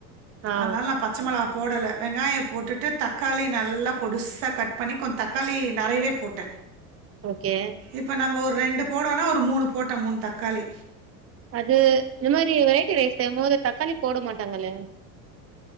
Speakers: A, on the right (about 30°); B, on the right (about 75°).
A: ஆ
B: அதனால நா பச் ச்ச மொளகா போடல வெங்காய போட்டுட்டு தக்காளிய நல்லா பொடுசா கட் பண்ணி கொஞ் தக்காளி நெறையவே போட்டே
A: ஓகே
B: இப்ப நம்ம ஒரு ரெண்டு போடுவோனா ஒரு மூணு போட்டே மூணு தக்காளி
A: அது இந்த மாரி வெரைட்டி ரைஸ் செய்யும் போது தக்காளி போட மாட்டாங்கல்ல